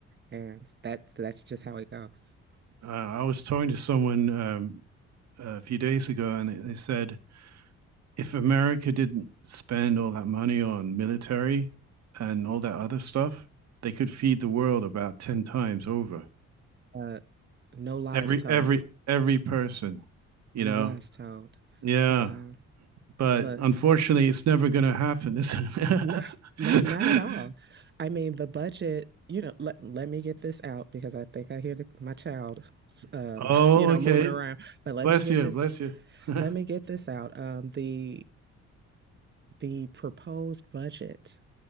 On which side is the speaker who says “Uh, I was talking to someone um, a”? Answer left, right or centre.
Right